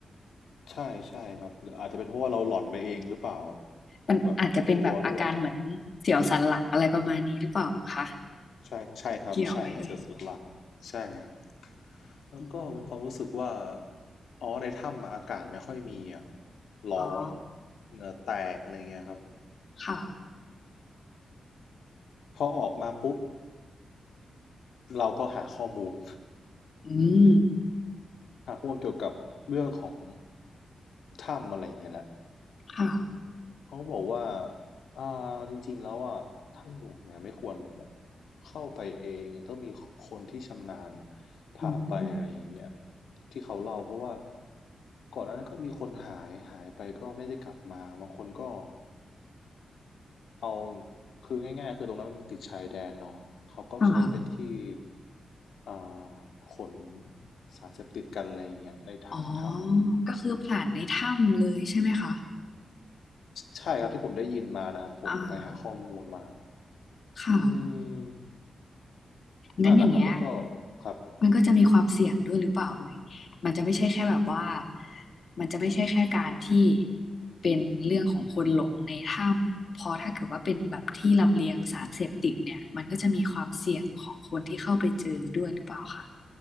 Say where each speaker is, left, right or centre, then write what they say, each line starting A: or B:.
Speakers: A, on the left (about 85°); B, on the left (about 45°).
A: ใช่ใช่ครับหรืออาจจะเป็นเพราะว่าเราหลอนไปเองหรือเปล่า
B: มันอาจจะเป็นแบบอาการเหมือนเสียวสันหลังอะไรประมาณนี้หรือเปล่าคะ
A: แบบกลัวด้วยใช่ใช่ครับใช่เสือสลังใช่ครับ
B: เกี่ยวไหมเอ่ย
A: แล้วก็มีความรู้สึกว่า
B: อืม
A: อ๋อในถ้ำอะอากาศไม่ค่อยมีอ่ะร้อน
B: อ๋อ
A: เหงื่อแตกอะไรเงี้ยครับ
B: ค่ะ
A: พอออกมาปุ๊บเราก็หาข้อมูล
B: อืม
A: <laughs> หาข้อมูลเกี่ยวกับเรื่องของถ้ำอะไรเงี้ยแหละ
B: ค่ะ
A: เขาบอกว่าอ่า จริงๆ แล้วอ่ะถ้ำหลวงเนี่ยไม่ควรแบบเข้าไปเองต้องมีคนที่ชำนาญพาไปอะไรอย่างเงี้ย
B: อืม
A: ที่เขาเล่าเพราะว่าก่อนหน้านั้นก็มีคนหายหายไปก็ไม่ได้กลับมาบางคนก็ เอาคือง่ายๆคือตรงนั้นมันติดชายแดนเนาะเขาก็ใช้เป็นที่
B: ค่ะ
A: อ่าขนสารเสพติดกันอะไรอย่างเงี้ยในทางถ้ำ
B: อ๋อก็คือผ่านในถ้ำเลยใช่ไหมคะ
A: ใช่ครับที่ผมได้ยินมานะครับผมไปหาข้อมูลมา
B: อ่าค่ะ
A: อืม
B: งั้นอย่างเงี้ย
A: นั่นแหละครับแล้วก็ครับ
B: มันก็จะมีความเสี่ยงด้วยหรือเปล่าเอ่ยมันจะไม่ใช่แค่แบบว่ามันจะไม่ใช่แค่การที่เป็นเรื่องของคนหลงในถ้ำพอถ้าเกิดว่าเป็นแบบที่ลำเลียงสารเสพติดเนี่ยมันก็จะมีความเสี่ยงของคนที่เข้าไปเจอด้วยหรือเปล่าค่ะ